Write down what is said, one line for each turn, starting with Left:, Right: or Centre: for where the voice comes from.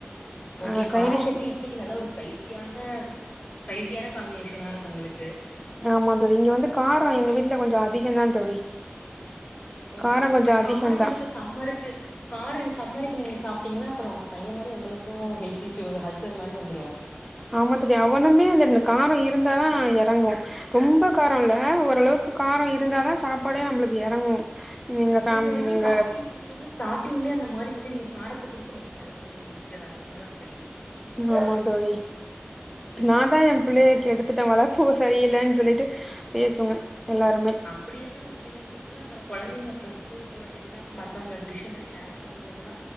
Left: ஓகே
Centre: ஆ சைடிஷ்
Left: கார சட்னி இட்லிக்கு நல்ல ஒரு ஸ்பைஸியான ஸ்பைஸியான காம்பினேஷனா இருக்கு உங்களுக்கு
Centre: ஆமா தோழி இங்க வந்து காரோ எங்க வீட்டுல கொஞ்சோ அதிகம் தான் தோழி
Left: ஓகே
Centre: காரோ
Left: ஓகே
Centre: கொஞ்சோ
Left: பட்
Centre: அதிகந்தா
Left: காரோ வந்து இந்த சம்மருக்கு காரோ இந்த சம்மருக்கு நீங்க சாப்டீங்கன்னா அப்புறோ உங்க பைய மாரி உங்களுக்கு ஹெல்த் இஷ்யூ அல்சர் மாரி வந்துரு
Centre: ஆமா தோழி அவனுமே அந்த காரோ இருந்தா தான் எறங்கு ரொம்ப காரோ இல்ல ஓரளவுக்கு காரோ இருந்தாதா சாப்பாடே நம்மளுக்கு எறங்கு எங்க ஃபேம்
Left: நீங்க வந்து ஸ்டாங்
Centre: எங்க
Left: நீங்க வந்து ஸ்டாங்லே அந்த மாதிரி வந்து நீங்க காரத்த குடுத் டுத்து ரொம்ப பழகிட்டீங்க சிஸ்டர் அதனாலதா அப்படி
Centre: ம் ஆமா தோழி
Left: சேரி
Centre: நான் தா
Left: சேரி
Centre: என் பிள்ளைய
Left: ஏ
Centre: கெடுத்துட்டே வளர்ப்பு சரியில்லன்னு சொல்லிட்டு பேசுங்க எல்லாருமே
Left: அப்படியெல்லா ஒன்னு இல்லைங் சிஸ் இதுலா அப்புறம் கொழந்தைங்க அப்புறம் ஸ்கூல் போற டைம்லாம் மத்தவங்க டிஷ்ல்லா ஷேர் பண்ணும் போதெல்லா